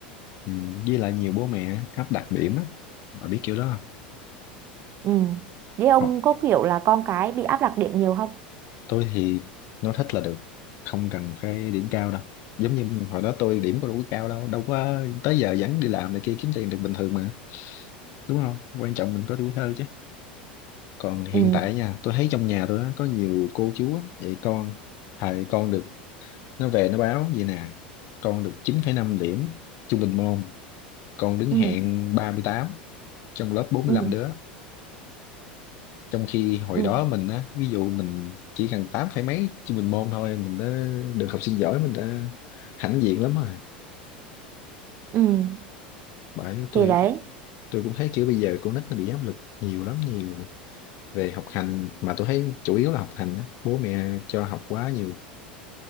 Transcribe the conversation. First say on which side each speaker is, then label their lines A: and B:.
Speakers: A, on the left; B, on the right.
A: ừ, với lại nhiều bố mẹ áp đặt điểm á bà biết kiểu đó không
B: ừ với ông
A: Học
B: có kiểu là con cái bị áp đặt điểm nhiều không
A: tôi thì nó thích là được không cần phải điểm cao đâu giống như hồi đó tôi điểm có đủ cao đâu đâu có tới giờ vẫn đi làm này kia kiếm tiền được bình thường mà đúng không quan trọng mình có tuổi thơ chứ còn hiện
B: ừ
A: tại nha tôi thấy trong nhà tôi á, có nhiều cô chú á, dạy con thầy con được nó về nó báo vậy nè con được chín phẩy năm điểm trung bình môn con đứng
B: ừ
A: hạng 38 trong lớp bốn
B: ừ
A: mươi lăm đứa trong khi hồi
B: ừ
A: đó mình á ví dụ mình chỉ cần 8 phẩy mấy trung bình môn thôi mình đã được học sinh giỏi mình đã hãnh diện lắm rồi
B: ừ
A: bởi tôi
B: thì đấy
A: tôi cũng thấy kiểu bây giờ con nít nó bị áp lực nhiều lắm nhiều về học hành mà tôi thấy chủ yếu là học hành á bố mẹ cho học quá nhiều